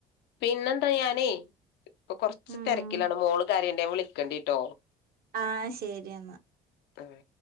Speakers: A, on the left; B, on the right.
A: പിന്നെന്താ ഞാനേ ഇപ്പൊ കൊറ്ച്ച്
B: ഉം
A: തെരക്കിലാണ്. മോള് കരീണ്ട് ഞാൻ വിളിക്കണ്ടിട്ടൊ.
B: ആഹ് ശെരി ഇന്ന
A: ആഹ്